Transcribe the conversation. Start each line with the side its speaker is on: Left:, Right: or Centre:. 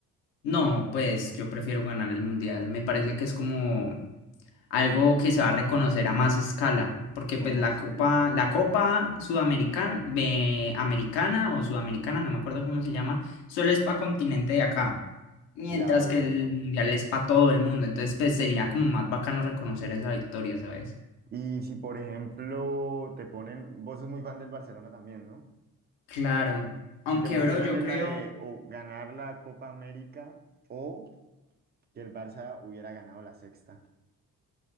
Left: No, pues yo prefiero ganar el mundial. Me parece que es como algo que se va a reconocer a más escala, porque pues
Right: Bueno,
Left: la
Right: sí,
Left: copa,
Right: eso es verdad.
Left: la copa sudamericana, americana o sudamericana, no me acuerdo cómo se llama, solo es para continente de acá, mientras
Right: Ya, obvio,
Left: que el
Right: obvio.
Left: mundial es para todo el mundo, entonces pues sería como más bacano reconocer esa victoria, ¿sabes?
Right: Y si, por ejemplo, te ponen, vos sos muy fan del Barcelona también, ¿no?
Left: Claro,
Right: Si
Left: aunque
Right: te pusieran
Left: bro, yo
Right: en
Left: creo,
Right: la de o ganar la Copa América o que el Barça hubiera ganado la sexta.